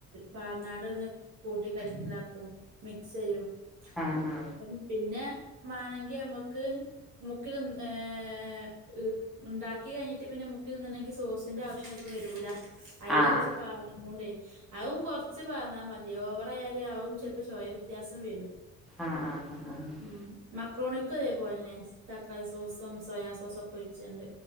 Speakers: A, on the right (about 80°); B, in the centre.
A: പാറന്നാട് ഒന്ന് കൂട്ടി ഇതാക്കും മിക്സ് ചെയ്യും <unintelligible>
B: ആഹ്
A: പിന്നെ മാണെങ്ക് നമ്മക്ക് മുക്കി തിന്ന് ഏ ഉണ്ടാക്കി കഴിഞ്ഞിട്ട് പിന്നെ മുക്കി തിന്നണെങ്കിൽ സോസിന്റെ ആവശ്യം ചെലപ്പം വരൂല അയില്
B: ആഹ്
A: ഞാൻ കൊറച്ച് പാൽ മോണ്ടെ അതും കൊറച്ച് പാർന്നാ മതി ഓവറായാലെ അതും ചിലപ്പോ ചൊയവ്യത്യാസം വരും
B: ആഹ് ആഹ് ആഹ്
A: ഉം മക് ക്രോണിക്കും അതേപോലെന്നെ, തക്കാളി സോസും സോയാ സോസും ഒക്കെ ഒഴിച്ച്ണ്ട്.